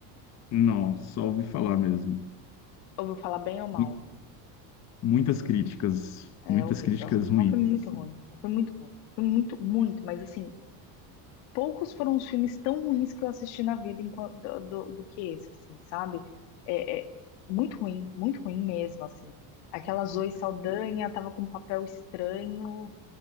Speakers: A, on the left; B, on the left.
A: Não, só ouvi falar mesmo.
B: Ouviu falar bem ou mal?
A: Mu- Muitas críticas,
B: É
A: muitas
B: horrível.
A: críticas ruins,
B: É um filme muito
A: assim.
B: ruim. É um filme muito ruim. Um filme muito, muito, mas assim, poucos foram os filmes tão ruins que eu assisti na vida enqua- do, do- do que esse, assim, sabe? É, é muito ruim, muito ruim mesmo, assim. Aquela Zoe Saldanha tava com um papel estranho,